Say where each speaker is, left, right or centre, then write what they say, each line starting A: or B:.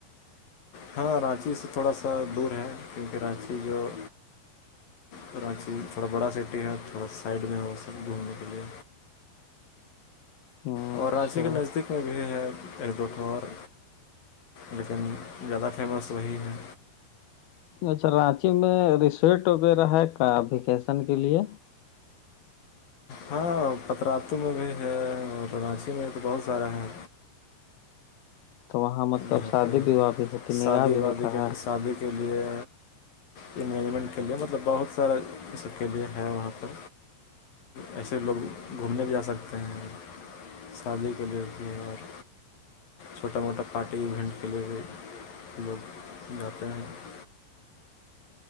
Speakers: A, on the left (about 55°); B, on the left (about 70°).
A: تھڑا رانچی سے تھوڑا سا دور ہے کیونکہ رانچی جو کراچی تھوڑا بڑا سٹی ہے تھوڑا سائڈ میں وہ سب گھومنے کے لیے
B: اچھا
A: اور رانچی کے نزدیک میں بھی ہے ایک دوٹور لیکن زیادہ فیمس وہی ہے
B: اچھا رانچی میں ریسیٹ وغیرہ ہے کا ویکیسن کے لیے
A: ہاں پترتو میں بھی ہے اور رانچی میں تو بہت سارا ہے
B: تو وہاں مطلب
A: یہاں
B: شادی
A: پہ
B: وواہ بھی ہوتی نگاہ
A: شادی
B: بھی ہوتا
A: وادی کے
B: ہے
A: لی شادی کے لیے مینجمنٹ کے لیے مطلب بہت سارا اس سب کے لیے ہے وہاں پر ایسے لوگ گھومنے بھی جا سکتے ہیں شادی کے لیے بھی اور چھوٹا موٹا <unintelligible> پارٹی ایینٹ کے لیے بھی لوگ جاتے ہیں <unintelligible>